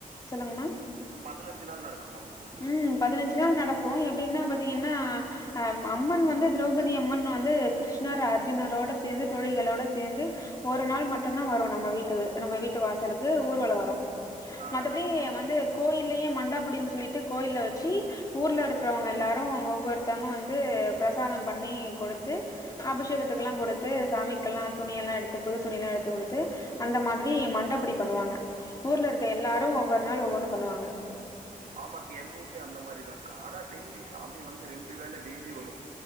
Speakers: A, on the left (about 25°); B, on the right (about 65°).
A: சொல்லுங்மா.
B: பதனஞ்சு நாள் நடக்குமா உங்க ஊ
A: ம் பதினஞ்சு நாள் நடக்கு எப்டின்னா பாத்திங்கன்னா. அம் அம்மன் வந்து திரௌபதி அம்மன் வந்து கிருஷ்ணர் அர்ஜுனரோட சேந்து தோழிகளோட சேந்து ஒரு நாள் மட்டுந்தா வரு நம்ம வீட்டுகு நம்ம வீட்டு வாசலுக்கு ஊர்வலொ வரு.
B: ஆ
A: மத்தபடி வந்து கோயில்லியே மண்ட அப்பிடின் சொல்லிட்டு கோயில்ல வெச்சி ஊர்ல இருக்கறவங்க எல்லாரு ஒவ்வொருத்தவுங்க வந்து பிரசாதோ பண்ணி குடுத்து அபிஷேகத்துக்கல்லா குடுத்து சாமிக்கல்லா துணி எல்லா எடுத்து புது துணிலா எடுத்து குடுத்து அந்த மாதிரி மண்டப்படி பண்ணுவாங்க. ஊர்ல இருக்க எல்லாரு ஒவ்வொரு நாள் ஒவ்வொன்னு பண்ணுவாங்க.
B: ஆமாக் எங்க ஊர்லியு அந்த மாரிதாங்க்கா ஆனா டெய்லி சாமி வந்து ரெண்டு வேள டெய்லி வரு.